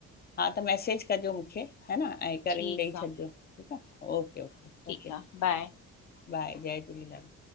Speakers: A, on the left (about 30°); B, on the left (about 75°).
A: हा त मैसेज कजो मूंखे है न ऐं हिक
B: ठीकु
A: रिंग ॾेई
B: आ
A: छॾिजो। ओके- ओके,
B: ठीकु
A: ओके
B: आ बाए
A: बाए, जय झूलेलाल